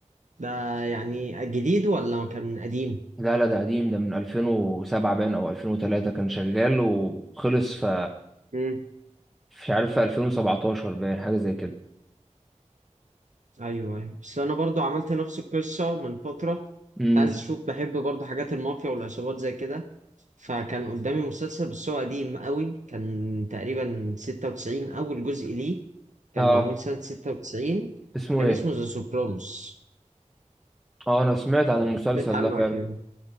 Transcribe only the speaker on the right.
ده يعني جديد ولا كان قديم
مم.
ايوه ايوه بس انا برضو عملت نفس القصه من فتره
كنت عايز اشوف بحب برضو حاجات المافيا والعصابات زي كده فكان قدامي مسلسل بس هو قديم قوي كان تقريبا 96 اول جزء ليه كان
معمول سنه 96
كان
اسمه ذا سوبرانوس
سمعت عنه
أكيد